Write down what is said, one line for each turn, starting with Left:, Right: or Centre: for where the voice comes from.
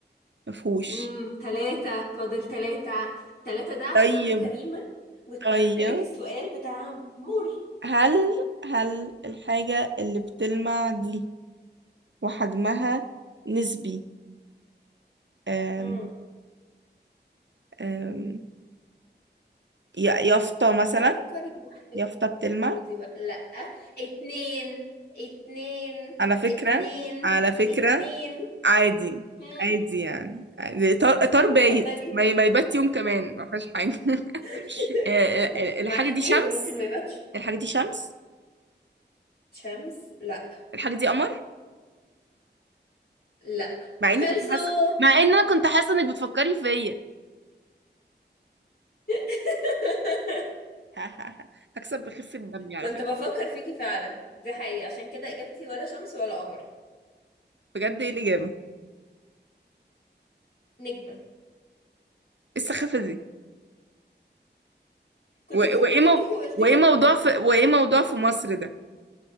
Right: مفهوش
Left: امم تلاتة فاضل تلاتة تلاتة ده عشان
Right: طيب
Left: أنا كريمة وسحبتلك
Right: طيب
Left: السؤال بتاع نور
Right: هل هل الحاجة اللي بتلمع دي وحجمها نسبي أم
Left: مم.
Right: أم ي- يافطة مثلا
Left: ايه فكري بوحدك
Right: يافطة بتلمع
Left: خدي بقى لا اتنين اتنين
Right: على فكرة
Left: اتنين
Right: على فكرة
Left: اتنين
Right: عادي
Left: مم.
Right: عادي يعني عادي. طار طار بايت
Left: اتفضلي
Right: ما ي- ما يبات يوم كمان ما فيهاش حاجة <laughs>
Left: <laughs>
Right: آه، آه،
Left: اتفضلي
Right: الحاجة
Left: معاكي اتنين
Right: دي شمس
Left: ممكن ما يباتش
Right: الحاجة دي شمس
Left: شمس لا
Right: الحاجة دي قمر
Left: لا
Right: مع اني
Left: خلصوا
Right: كنت حاسة مع ان انا كنت حاسه انك بتفكري فيا
Left: <laughs>
Right: <laughs> هكسب بخفة دمي على
Left: كنت
Right: فكرة
Left: بفكر فيكي فعلا دي حقيقة عشان كده اجابتي ولا شمس ولا قمر
Right: بجد ايه الإجابة ايه
Left: نجمة
Right: السخافة دي
Left: كنت
Right: و-
Left: بفكر
Right: وايه
Left: فيكي
Right: مو...
Left: هو قلتلك
Right: وايه موضوع في وايه موضوع في مصر ده